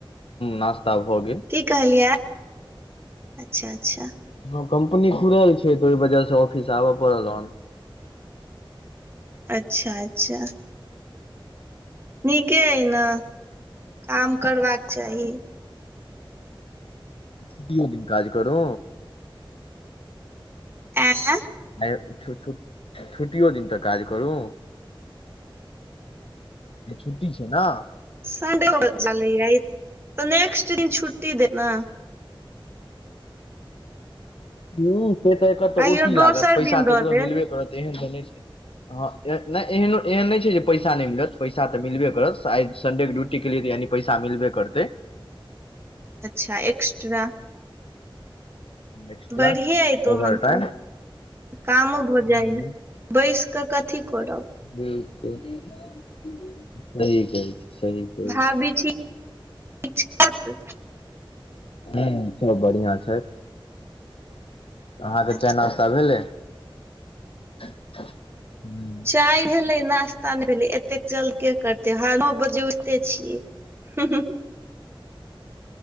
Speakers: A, on the left (about 80°); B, on the right (about 25°).
A: नास्ता भऽ गेल।
B: की कहलियै, अच्छा अच्छा।
A: ह कम्पनी खुलल छै तऽ ओहि वजह से ऑफिस आबऽ पड़ल हन।
B: अच्छा अच्छा। नीके अइ ने, काम करबाक चाही।
A: छुट्टियो दिन काज करू।
B: एं।
A: आ छ छ छुट्टियो दिन के काज करू। आइ छुट्टी छै ने।
B: सनडेओ के चलते, त नेक्स्ट दिन छुटी देत ने।
A: हं से तऽ एकर तऽ
B: कहियो
A: ओटी लागत
B: दोसर
A: पैसा
B: दिन
A: त
B: दऽ
A: एकरो
B: देत
A: मिलबे तेहेन तऽ नहि छै, एहेन नहि छै जे पैसा नहि मिलत, पैसा तऽ मिलबे करतै, आ संडे के ड्यूटी केलियै तऽ यानि पैसा मिलबे करतै।
B: अच्छा एक्स्ट्रा।
A: एक्स्ट्रा
B: बढ़िये ऐ तखन
A: ओवर
B: तऽ।
A: टाइम
B: कामो भऽ
A: हूँ
B: जाइएा बैस कऽ कथी करब।
A: बिलकुल सही कहए छी, सही। कहै
B: भाभी
A: छी
B: ठीक। <inaudible>
A: हं सब बढ़ियां छै अहाँके
B: अच्छा
A: चाय नश्ता भेलै हं
B: चाय भेलै नास्ता ने भेलै एतेक जल्द के करते ह नओ बजे उठिते छियै हुं हुं हुं